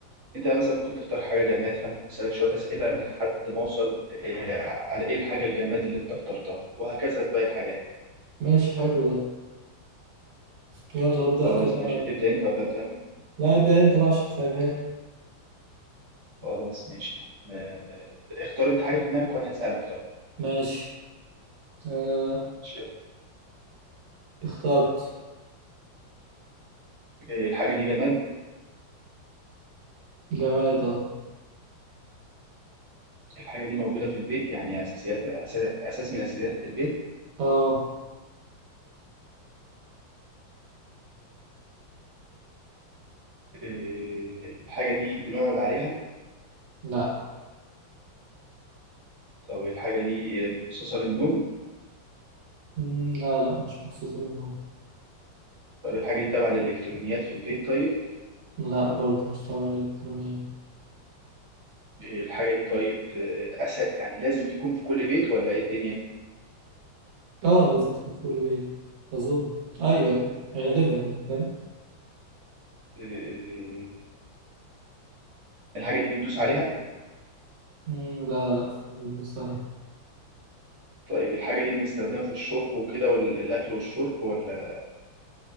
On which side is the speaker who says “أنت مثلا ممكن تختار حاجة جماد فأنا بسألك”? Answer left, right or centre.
Right